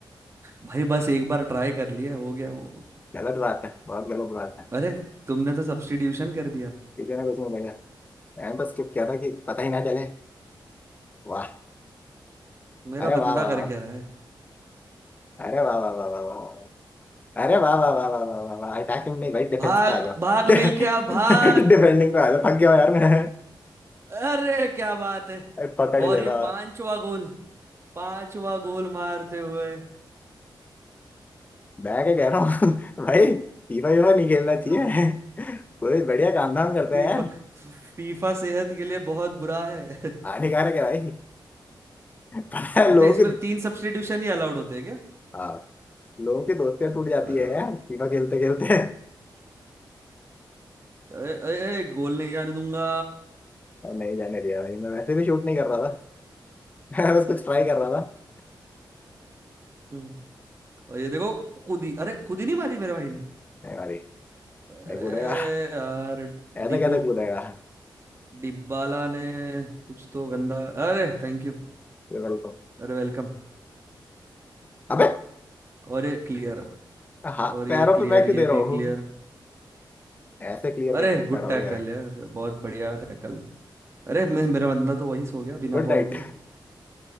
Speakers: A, on the right; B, on the left.
A: भाई बस एक बार ट्राई कर लिए हो गया वो
B: गलत बात है बहुत गलत बात है
A: अरे तुमने तो सब्स्टिट्यूशन कर दिया
B: किसी ने कुछ नहीं देखा मैंने तो स्किप किया था कि पता ही ना चले वाह
A: मेरा
B: अरे
A: बंदा
B: वाह वाह
A: कर
B: वाह
A: क्या रहा है
B: अरे वाह वाह वाह वाह वाह वाह। अरे वाह वाह वाह वाह वाह वाह वाह अटैकिंग नहीं भाई डिफेंस
A: भाग
B: पे आ जाओ
A: भाग
B: <laughs> डिफेंडिंग
A: मिलके आप भाग
B: पे आ जाओ थक गया हूं यार मैं
A: अरे क्या बात है
B: पकड़ ही
A: और
B: लेता
A: ये पांचवा गोल पांचवा गोल मारते हुए
B: मैं क्या कह रहा हूँ <laughs> भाई फीफा वीफा नहीं खेलना
A: हाँ,
B: चाहिए
A: हाँ।
B: पूरे बढ़िया काम धाम करते
A: फीफा
B: हैं यार
A: फीफा सेहत के लिए बहुत बुरा है <laughs>
B: हानिकारक है भाई <laughs> पता है
A: अच्छा
B: लोग
A: इसमें तीन सब्स्टिट्यूशन ही अलाउड होते हैं क्या
B: हाँ लोगों की दोस्तियां टूट जाती
A: अरे
B: है यार तीनों खेलते खेलते
A: अरे- अरे, गोल नहीं जाने दूंगा
B: और नहीं जाने दिया भाई मैं वैसे भी शूट नहीं कर रहा था <laughs> मैं बस कुछ ट्राई कर रहा था
A: हम्म, और ये देखो कुदी अरे कुदी नहीं मारी मेरे भाई ने
B: नहीं भाई
A: अरे
B: नहीं कूदेगा
A: यार
B: ऐसा
A: डिब्बू
B: कैसे कूदेगा
A: डिब्बाला ने कुछ तो गंदा अरे थैंक यू
B: गूगल को
A: अरे वेलकम
B: अबे
A: और ये क्लियर
B: हाँ
A: और
B: पैरों
A: ये क्लियर
B: पे मैं क्यों
A: ये
B: दे
A: भी
B: रहा
A: क्लियर
B: हूँ ऐसे क्लियर
A: अरे
B: कैसे
A: गुड
B: करोगे
A: टैकल यार बहुत बढ़िया टैकल अरे मैं मेरा बंदा तो वही सो गया बिना
B: Good
A: बॉल
B: night
A: के